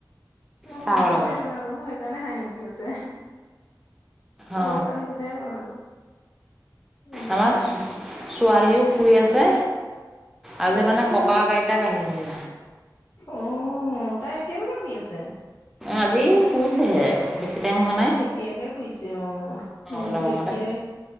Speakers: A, on the left; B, in the centre.
A: মই
B: চাহৰ
A: পানী পিঠাই
B: লগত
A: বনালো মোৰ সেইকাৰণে হাঁহি উঠি আছে।
B: অ
A: ময়ো পানী পিঠাই বনালো গ'ম পাইছে
B: আমাৰ
A: নে?
B: ছোৱালীও শুই আছে। আজি
A: অ',
B: মানে
A: এতিয়ালৈকে।
B: ককা আইতাক আহিছিলে
A: অ', তাই এতিয়ালৈকে শুই আছে?
B: আজি শুইছেহে। বেছি টাইম হো
A: অ', এতিয়াহে শুইছে অ', মই
B: অলপ
A: বোলো
B: আগতে
A: এতিয়াই